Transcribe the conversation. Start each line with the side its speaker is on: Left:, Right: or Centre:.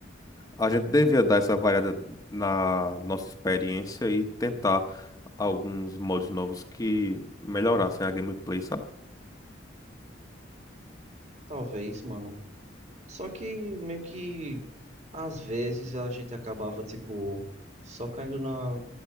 Left: A gente devia dar essa variada na nossa experiência e tentar. alguns modos novos que melhorassem a gameplay, sabe?
Right: talvez, mano. Só que meio que às vezes a gente acabava, tipo, só caindo na,